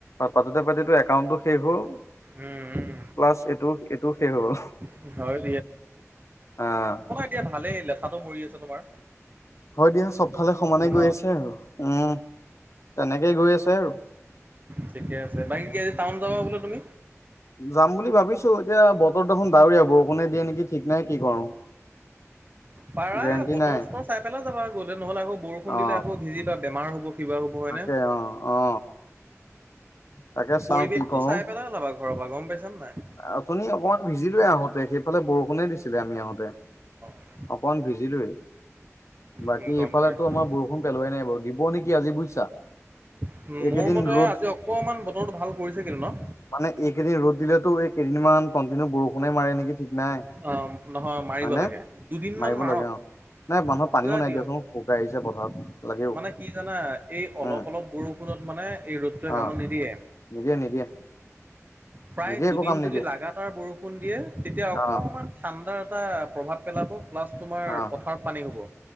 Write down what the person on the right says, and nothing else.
উম
উম হয়
এতিয়া ভালেই, লেঠাটো মৰি আছে তোমাৰ।
ন
ঠিকেই আছে, বাকী কি আজি টাউন যাবা বোলে তুমি।
পাৰা,
বতৰ
চতৰ চাই পেলাই যাবা, গ'লে নহ'লে আকৌ বৰষুণ
দিলে আকৌ ভিজিবা বেমাৰ হ'ব। কিবা হ'ব হয়নে
পৰিৱেশটো
চাই পেলাই ওলাবা ঘৰৰ পৰা, গম পাইছা নাই।
অ
উম, গম
পাইছোঁ।
উম,
মোৰ মতে
আজি অকমান বতৰটো ভাল কৰিছে কিন্তু ন'।
অ', নহয় মাৰিব
লাগে। দুদিনমান
মাৰক,
পুৰা
দিয়ক।
মানে কি জানা, এই অলপ
অলপ বৰষুণত মানে এই ৰ'দটোৱে
কামত নিদিয়ে।
প্ৰায়
দুদিন
যদি লাগাতাৰ বৰষুণ দিয়ে, তেতিয়া অকণমান
ঠাণ্ডাৰ এটা প্ৰভাৱ পেলাব। প্লাছ তোমাৰ
পথাৰত পানী হ'ব।